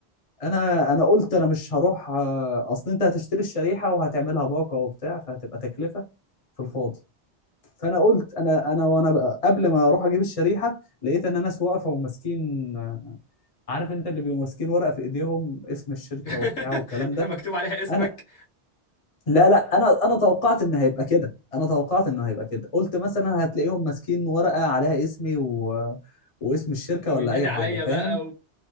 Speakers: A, on the left (about 35°); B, on the left (about 85°).
A: انا انا قلت انا مش هروح آه، اصل انت هتشتري الشريحه وهتعملها باقه وبتاع فهتبقى تكلفه في الفاضي فانا قلت انا انا وانا بقى قبل ما اروح اجيب الشريحه لقيت ان ناس واقفه وماسكين آه، عارف انت اللي بيبقوا ماسكين ورقه في ايديهم اسم الشركه
B: <laughs>
A: وبتاع والكلام ده
B: مكتوب عليها اسمك
A: انا لا لا انا انا توقعت ان هيبقى كده انا توقعت انه هيبقى كده قلت مثلا هتلاقيهم ماسكين ورقه عليها اسمي و... واسم الشركه
B: وبينادي
A: ولا اي
B: عليا
A: حاجه فاهم
B: بقى